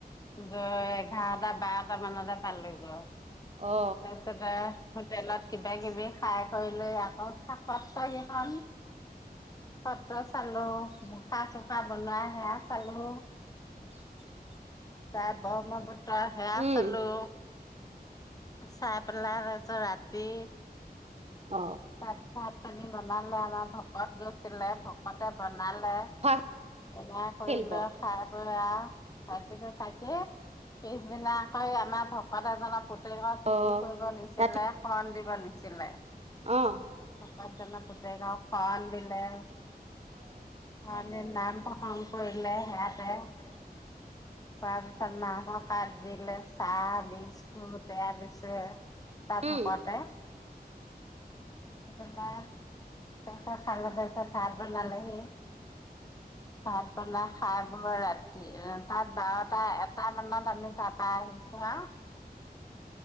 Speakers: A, on the left; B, on the right.
A: গৈ এঘাৰটা বাৰটা মানতে পালো গৈ।
B: অ
A: তাৰপিছত আও, হোটেলত কিবা কিবি খাই কৰি লৈ আকৌ <unintelligible> কেইখন, সত্ৰ চালো, মুখা চুখা বনোৱা সেৱা চালো, তাৰ ব্ৰহ্মপু আওঁ হেয়া
B: উম
A: চালো। চাই পেলাই তাৰছত ৰাতি
B: অ
A: তাত তাত <unintelligible> বনালে, আমাৰ ভকত গৈছি <unintelligible> ভকতে বনালে,
B: মুখা
A: বনাই কৰি
B: শিল্প
A: লৈ খায় <unintelligible> ৰাতিটো থাকি, পিছদিনা আক' আমাৰ ভকত এজনৰ <unintelligible>
B: অ ৰাতি
A: <unintelligible> শৰন দিব নিছিলে।
B: অ'
A: <unintelligible> পুতেকক শৰণ দিলে। অ' এনে নাম প্ৰসঙ্গ কৰিলেে হেয়া <unintelligible> তাৰপিছত মাহৰ পাত দিলে, চাহ-বিস্কুট এয়া দিছে।
B: উম
A: তাৰ ভকতে <unintelligible> তাপিছত খাই পেলাই তাপিছত ভাত বনালেহি। ভাত বনাই খাই-বৈ ৰাতি তাত বাৰটা-এটা মানত আমি তাৰপা আহিছো আৰু